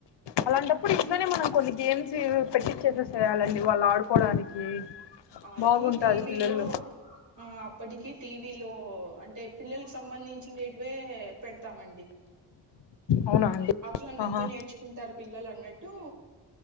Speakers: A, on the left; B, on the right.
A: అలాంటప్పుడు ఇంట్లోనే మనం కొన్ని గేమ్స్ పెట్టించేసి చేయాలండి వాళ్ళు ఆడుకోవడానికి
B: ఆటికి
A: బాగుంటాది
B: టీవీలో
A: పిల్లలు
B: ఆ అప్పటికి టీవీలో అంటే పిల్లలకి సంబంధించేవ్తే పెడతామండి
A: అవునా అండి
B: అట్లన్నాయితే
A: ఆహా
B: నేర్చుకుంటరు పిల్లలు అన్నట్టు